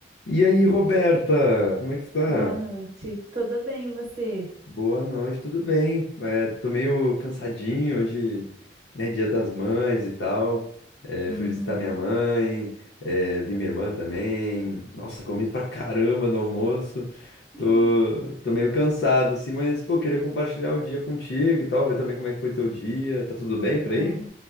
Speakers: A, on the left; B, on the right.
A: E aí, Roberta, como é que tu tá?
B: Boa noite. Tudo bem, e você?
A: Boa noite, tudo bem? É, tô meio cansadinho hoje, né? Dia das Mães e tal. É,
B: Uhum.
A: fui visitar minha mãe, é, vi minha irmã também. Nossa, comi pra caramba no almoço.
B: <laughs>
A: Tô, tô meio cansado, assim, mas, pô, queria compartilhar o dia contigo e tal, ver também como é que foi teu dia. Tá tudo bem por
B: Ah,
A: aí?